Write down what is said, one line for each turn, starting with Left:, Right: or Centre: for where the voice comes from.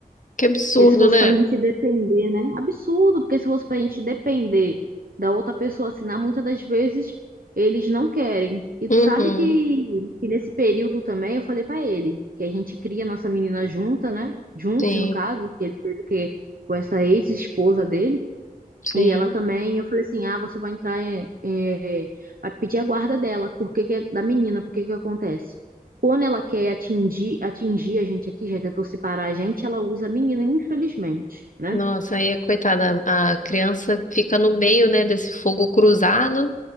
Left: Que absurdo,
Right: Porque se fosse
Left: né?
Right: pra gente depender, né? Absurdo, porque se fosse pra gente depender da outra pessoa assinar, muitas das vezes eles não querem. E
Left: Uhum,
Right: tu sabe que, que nesse período também eu falei pra ele que a gente cria nossa menina junta, né? Juntos,
Left: sim,
Right: no caso, que ele fez o quê? Com essa ex-esposa dele.
Left: sim.
Right: E ela também, eu falei assim, ah, você vai entrar, é, é, vai pedir a guarda dela, porque que que é da menina, porque que que acontece? Quando ela quer atingir, atingir a gente aqui, já tentou separar a gente, ela usa a menina, infelizmente, né?
Left: Nossa, aí, coitada, a criança fica no meio, né, desse fogo cruzado,